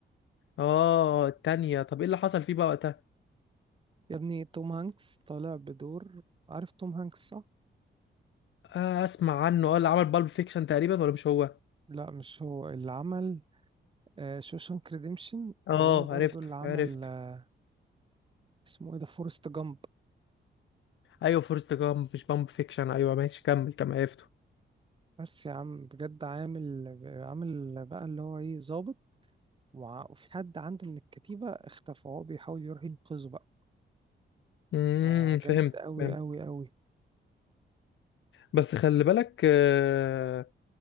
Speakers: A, on the left; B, on the right.
A: اه التانية طب ايه اللي حصل فيه بقى وقتها
B: يا ابني توم هانكس طالع بدور عارف توم هانكس صح؟
A: آه اسمع عنه اه اللي عمل بالب فيكشن تقريبا ولا مش هو
B: لا مش هو اللي عمل آه، شوشانك ريديمشن
A: اه
B: وهو برضو
A: عرفته
B: اللي عمل
A: عرفته
B: آه، اسمه ايه ده فورست جامب
A: ايوه فورست جامب مش بالب فيكشن ايوه ماشي كمل كمل عرفته
B: بس يا عم بجد عامل عامل بقى اللي هو ايه ظابط وع- وفي حد عنده من الكتيبة اختفى وهو بيحاول يروح ينقذه بقى
A: امم
B: آه،
A: فهمت
B: جامد قوي
A: فهمت
B: قوي قوي
A: بس خلي بالك آه